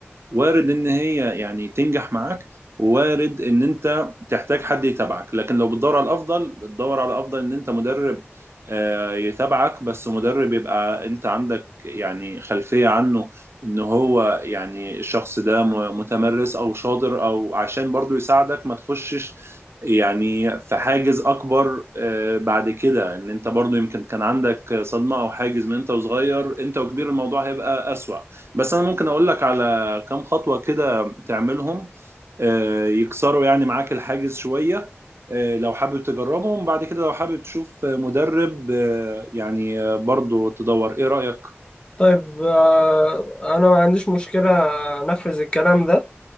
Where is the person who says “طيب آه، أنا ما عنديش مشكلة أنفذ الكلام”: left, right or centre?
Left